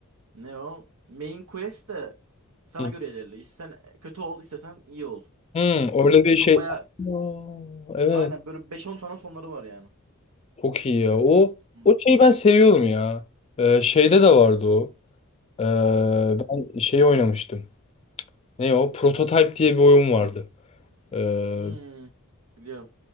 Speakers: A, on the right (about 80°); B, on the left (about 30°).
A: ne o? Main quest de sana
B: Hı.
A: göre ilerliyor. İstersen kötü ol, istersen iyi ol.
B: hı.
A: Çok,
B: öyle bir
A: çok
B: şey.
A: bayağı
B: Aa, evet.
A: aynen böyle beş on tane sonları var yani.
B: Çok iyi ya. O
A: Hmm.
B: o şeyi ben seviyorum ya. Ee, şeyde de vardı o. Ee, ben şeyi oynamıştım. Ne o? Prototype diye bir oyun vardı. Ee,
A: Hmm. Biliyorum.